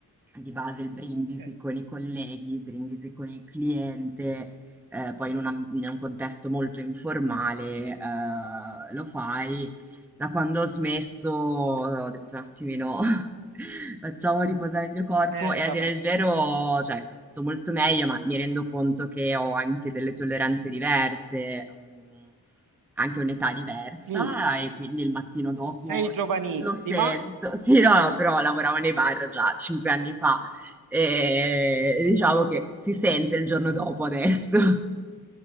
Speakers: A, in the centre; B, on the right.
A: di base il brindisi
B: certo.
A: con i colleghi, il brindisi con il cliente, ehm, poi in un am in un contesto molto informale, ehm, lo fai. Da quando ho smesso ho detto un attimino: <laughs> "Facciamo riposare il mio corpo"
B: Eh,
A: e a
B: vabbè.
A: dire il vero, cioè, sto molto meglio, ma mi rendo conto che ho anche delle tolleranze diverse, mhmm, anche un'età diversa
B: Sì,
A: e quindi il mattino dopo
B: sei giovanissima.
A: lo sento. <laughs> Sì, no, no, però lavoravo nei bar già 5 anni fa, ehm, e diciamo
B: Oh.
A: che si sente il giorno dopo adesso.